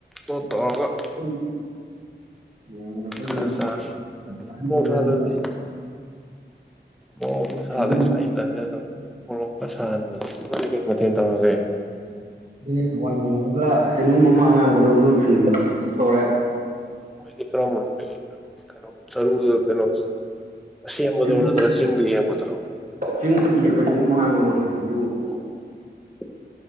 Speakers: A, in the centre; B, on the right (about 45°).
A: ꯇꯣ ꯇꯒ
B: ꯑꯩꯈꯣꯏ ꯎꯝ ꯑꯩꯈꯣꯏꯒꯤꯅ
A: ꯈꯔ ꯆꯥꯏ
B: ꯑꯍꯟ
A: ꯃꯣꯔꯣꯛ
B: ꯊꯣꯡꯉꯦ
A: ꯁꯗꯔꯗꯤ
B: ꯑꯗꯨꯒ
A: ꯃꯣꯔꯣꯛꯇꯨ ꯁꯥꯗ
B: ꯆꯦꯡꯒꯨꯝ
A: ꯆ ꯏ ꯅꯅꯤ ꯑꯗꯨꯝ ꯃꯣꯔꯣꯛꯇ ꯁꯥꯍꯟꯕꯗ ꯂꯣꯏ ꯀꯩ ꯃꯊꯦꯜ ꯇꯧꯔꯒꯦ
B: ꯑꯗꯨ ꯍꯋꯥꯏ ꯊꯣꯡꯐꯝꯒ ꯆꯤꯡꯒꯨꯝ ꯑꯃ ꯑꯉꯥꯡꯕꯗꯣ ꯑꯗꯨ ꯇꯧꯔꯦ
A: ꯗꯤ ꯀ꯭ꯔ ꯀꯩꯅꯣ ꯊꯔꯨ ꯀꯩꯅꯣ ꯁꯦꯝꯕꯗꯣ
B: ꯆꯤꯡ
A: ꯅꯠꯇ꯭ꯔꯒ ꯆꯤꯡꯗ ꯌꯦꯡꯕꯗ꯭ꯔꯣ
B: ꯆꯤꯡꯗꯒꯤ ꯌꯦꯛꯄꯁꯤꯒꯨꯝ ꯑꯉꯥꯡꯕꯗꯣ ꯑꯗꯨ
A: ꯑꯣ